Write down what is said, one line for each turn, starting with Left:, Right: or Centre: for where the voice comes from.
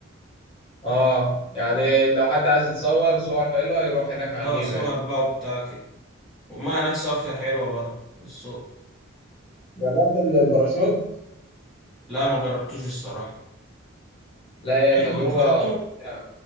Left: اه يعني لو حد عايز يتصور صور حلوة يروح هناك عجيبة
Centre: اه صور
Left: يعني
Centre: بقى وبتاع كده والمية هناك صافية حلوة برضه للسوق
Left: جربت ال- الباراشوت؟
Centre: لا ما جربتوش الصراحة
Left: لا هي
Centre: حلو
Left: تجربة
Centre: انت جربته؟
Left: ممتعة